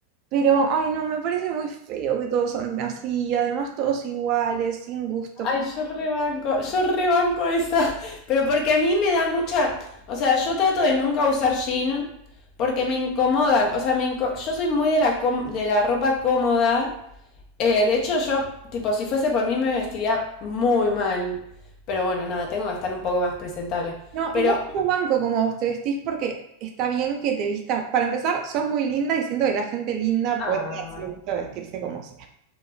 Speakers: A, on the right; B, on the left.
A: Pero, ay, no, me parece muy feo que todos anden así, y además todos iguales, sin gusto.
B: Ay, yo rebanco, yo rebanco esa. Pero porque a mí me da mucha. O sea, yo trato de nunca usar jean porque me incomodan. O sea, me inco- yo soy muy de la, com- de la ropa cómoda. Eh, de hecho, yo, tipo, si fuese por mí me vestiría muy mal. Pero bueno, nada, tengo que estar un poco más presentable.
A: No,
B: Pero.
A: igual yo banco como vos te vestís porque está bien que te vistas. Para empezar, sos muy linda y siento que la gente linda
B: Ah.
A: puede darse el gusto de vestirse como sea.